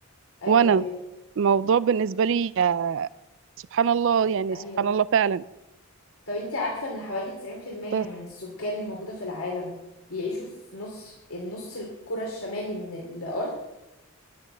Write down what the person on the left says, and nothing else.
ايوه
ايوه
ايوه
طب انت عارفه ان حوالي 90%
من السكان الموجوده في العالم بيعيشوا في نص النص الكرة الشمالي من الأرض